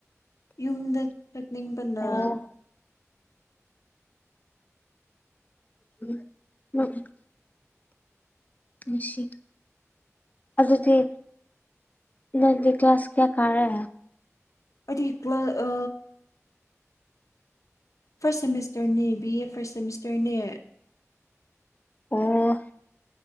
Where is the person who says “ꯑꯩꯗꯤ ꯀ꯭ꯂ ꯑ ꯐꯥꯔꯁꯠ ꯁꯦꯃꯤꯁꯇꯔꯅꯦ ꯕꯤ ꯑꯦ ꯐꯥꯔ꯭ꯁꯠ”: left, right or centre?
Left